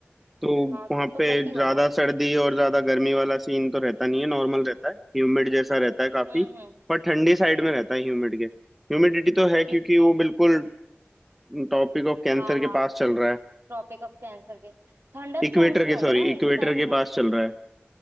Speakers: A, in the centre; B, on the right.
A: तो
B: हाँ
A: वहां
B: तो
A: पे
B: wet ही
A: ज्यादा
B: होगा
A: सर्दी और ज्यादा गर्मी वाला सीन तो रहता नहीं है नॉर्मल रहता है ह्यूमिड जैसा रहता है काफी
B: हम्म हम्म
A: पर ठंडी साइड में रहता है ह्यूमिड के ह्यूमिडिटी तो है
B: ठीक
A: क्योंकि वो
B: है
A: बिल्कुल टॉपिक ऑफ कैंसर
B: हाँ हाँ
A: के पास चल रहा है
B: ट्रॉपिक ऑफ कैंसर के थंडर
A: इक्वेटर
B: स्टॉर्म्स भी
A: के
B: होंगे
A: सॉरी
B: ना
A: इक्वेटर
B: इस टाइम
A: के
B: हो
A: पास चल रहा है